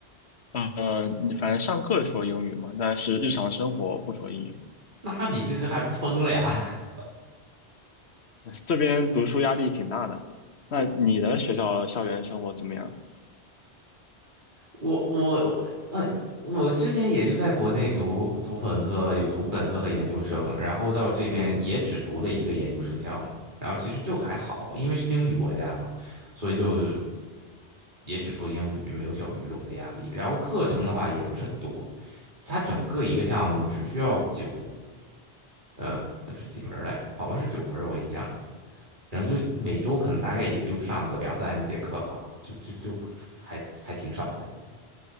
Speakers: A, on the left (about 70°); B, on the right (about 45°).
A: 呃，你反正上课说英语嘛，但是日常生活不说英语。
B: 那你这这还不疯了呀？<laughs>
A: 这边读书压力挺大的。那你的学校校园生活怎么样？
B: 我我呃，我之前也是在国内读读本科，有读本科和研究生，然后到这边也只读了一个研究生项目，然后其实就还好，因为是英语国家嘛，所以就也只说英语，没有小语种的压力。然后课程的话也不是很多，它整个一个项目只需要九，呃，呃是几门儿来着？好像是九门儿我印象里。然后就每周可能大概也就上个两三节课吧，就就就还还挺少的。